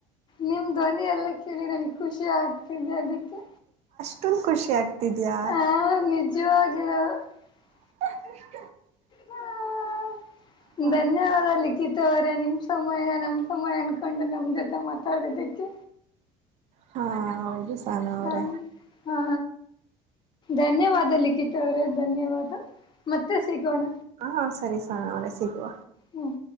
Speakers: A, on the left; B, on the right.
A: ನಿಮ್ಮ ಧ್ವನಿ ಎಲ್ಲ ಕೇಳಿ ನನಗೆ ಖುಷಿ ಆಗ್ತಿದೆ ಅದಕ್ಕೆ.
B: ಫುಲ್ ಖುಷಿ ಆಗ್ತಿದೇಯಾ.
A: ಹಾ <unintelligible>
B: <unintelligible>
A: ಹ
B: ಹಾ
A: ಧನ್ಯವಾದ ಲಿಖಿತ ತ ಅವ್ರೆ ನಿಮ್ ಸಮಯ ನಮ್ ಸಮಯ ಅನ್ಕೊಂಡು ನಮ್ ಜೊತೆ ಮಾತಾಡಿದೀಕ್ಕೆ.
B: ಹಾ ಹೌದು ಸಹನಾ ಅವ್ರೆ.
A: ಹ ಹಾ ಧನ್ಯವಾದ ಲಿಖಿತ ಅವ್ರೇ ಧನ್ಯವಾದ ಮತ್ತೆ ಸಿಗೋಣ.
B: ಹಾ ಸರಿ ಸಹಣ ಅವ್ರೆ ಸಿಗುವ.
A: ಹ್ಮ್